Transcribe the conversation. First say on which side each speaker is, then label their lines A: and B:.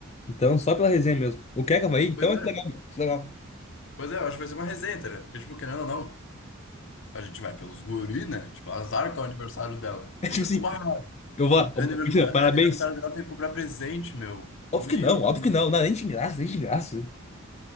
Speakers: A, on the left; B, on the left.
A: Então, só pela resenha mesmo. O que é que vai aí então
B: Pois
A: é que
B: é.
A: legal, mano. Que legal. <laughs>
B: Pois é, eu acho que vai ser uma resenha, tá ligado? Porque, tipo, querendo ou não, a gente vai pelos guri, né? Tipo, azar com o aniversário dela.
A: É
B: A
A: tipo
B: gente
A: assim,
B: vai... Uba!
A: Eu vou.
B: é Aniversário,
A: Imagina, Parabéns.
B: é aniversário dela tem que comprar presente, meu.
A: Óbvio
B: Meu
A: que não, óbvio
B: Deus.
A: que não. Não, é nem de graça, nem de graça.